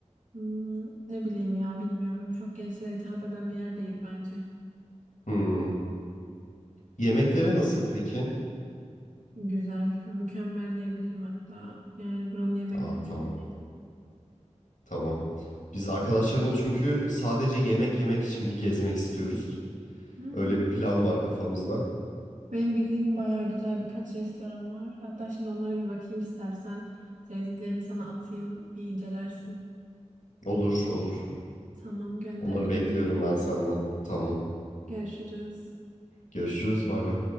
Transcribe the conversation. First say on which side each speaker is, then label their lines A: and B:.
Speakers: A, on the right (about 85°); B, on the left (about 85°).
A: hmm, ne bileyim ya bilmiyorum. Çok gençlere hitap eden bir yer değil bence.
B: Hmm. Yemekleri nasıl peki?
A: Güzel. Mükemmel diyebilirim hatta. Yani buranın yemekleri
B: Aa tamam.
A: çok iyi.
B: Tamam. Biz arkadaşlarımla çünkü sadece yemek yemek için bir gezmek istiyoruz.
A: Hmm.
B: Öyle bir plan var kafamızda.
A: Benim bildiğim bayağı güzel birkaç restoran var. Hatta şimdi onlara bir bakayım istersen. Sevdiklerimi sana atayım. Bir incelersin.
B: Olur, olur.
A: Tamam göndereceğim.
B: Onları bekliyorum ben senden. Tamam.
A: Görüşürüz.
B: Görüşürüz. Bay bay.